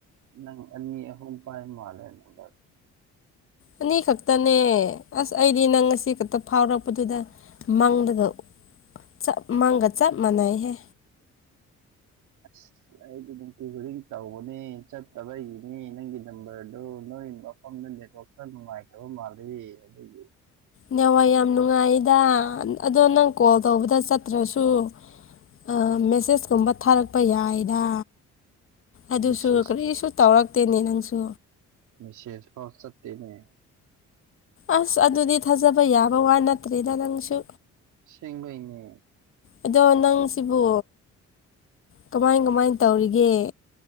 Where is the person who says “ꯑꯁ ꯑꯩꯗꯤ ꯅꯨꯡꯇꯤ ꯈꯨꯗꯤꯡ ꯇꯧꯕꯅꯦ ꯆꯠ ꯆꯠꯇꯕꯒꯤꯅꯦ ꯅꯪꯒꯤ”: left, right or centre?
Right